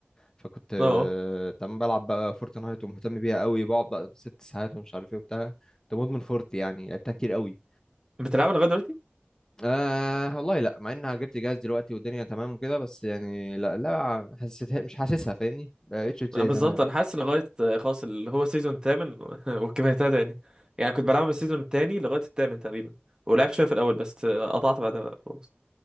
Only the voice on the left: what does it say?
فكنت آه،
تمام بلعب بقى فورتنايت ومهتم بيها قوي بقعد بقى ست ساعات ومش عارف ايه وبتاع كنت مدمن فورت يعني لعبتها كتير قوي
آه والله لا مع اني جبت جهاز دلوقتي والدنيا تمام وكده بس يعني لا لا حسيتها مش حاسسها فاهمني بقتش
زي
زمان